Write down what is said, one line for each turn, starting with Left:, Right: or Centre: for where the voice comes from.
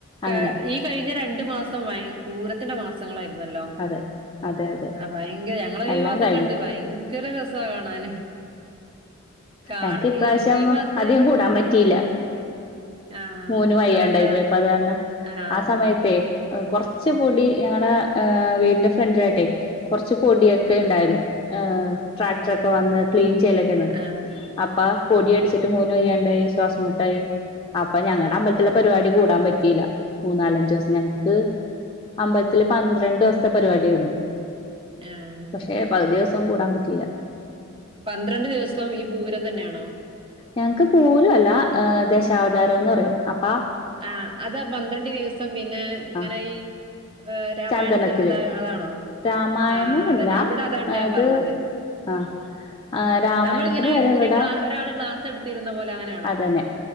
Right: ക-
Left: അങ്ങനെയാ
Right: ഈ കഴിഞ്ഞ രണ്ട് മാസം ഭയ പൂരത്തിന്റെ മാ സങ്ങളായിരുന്നല്ലോ
Left: അതെ അതെ അതെ
Right: ഭയങ്കര ഞങ്ങള്
Left: എല്ലാം
Right: ഈ ഭാഗത്തൊക്കെ
Left: കഴിഞ്ഞു
Right: ഉണ്ട് ഭയ ങ്കര രസവാ കാണാന് കാ
Left: എനക്ക് ഇപ്രാവശ്യം
Right: ഈ ഈ ഭാഗത്ത്
Left: അധികം കൂടാൻ പറ്റിയില്ല
Right: ആഹ്
Left: മോന് വയ്യണ്ടായി
Right: അതെന്താ?
Left: പോയി അപ്പൊ അത് കാരണം
Right: ആഹ്
Left: ആ സമയത്തെ
Right: ആഹ്
Left: കൊറച്ച് പൊടി ഞങ്ങടെ വീടിന്റെ ഫ്രണ്ടിലായിട്ടെ കുറച്ച് പൊടിയൊക്കെ
Right: ആഹ്
Left: ഉണ്ടായിരുന്നു ഏ ട്രാക്ടറൊക്കെ വന്ന് ക്ലീൻ ചെയ്യലൊ ക്കെയാണ്
Right: ആഹ്
Left: അപ്പൊ പൊടിയടിച്ചിട്ട് മോന് വയ്യാണ്ടായി ശ്വാസം മുട്ടായി അപ്പൊ ഞങ്ങടെ
Right: ആഹ് ആഹ്
Left: അമ്പലത്തിലെ പരിപാടി കൂടാൻ പറ്റിയില്ല മൂന്നാലഞ്ചു ദിവസം ഞങ്ങക്ക് അമ്പലത്തില് പന്ത്രണ്ട് ദിവസത്തെ പരിപാടി ആയിരുന്നു
Right: ആഹ്
Left: പക്ഷെ പകുതി ദിവസവും കൂടാൻ പറ്റിയില്ല
Right: പന്ത്രണ്ട് ദിവസവും ഈ പൂരം തന്നെയാണോ
Left: ഞങ്ങക്ക് പൂരം അല്ല ദശാവതാരം എന്ന് പറയും അപ്പ
Right: ആഹ് അതാ പന്ത്രണ്ട് ദിവസം പിന്നെ ഇങ്ങനെ
Left: ആ
Right: ഈ ഏ രാമായണം
Left: ചന്ദനത്തില്
Right: ചൊ അത അതാണോ
Left: രാമായണം
Right: ആ അതന്നെ
Left: അല്ല
Right: ഇവിടെ അതൊണ്ട്
Left: അത്
Right: ഞാൻ പറഞ്ഞത്
Left: ആഹ് ആ രാമായണത്തിന്
Right: നമ്മളിങ്ങനെ
Left: പകരം
Right: ഒരു
Left: ഇവിടേ
Right: ക്ലാ ഒരാള് ക്ലാസ് എടുത്തിരുന്ന പോലെ അനെ
Left: അതന്നെ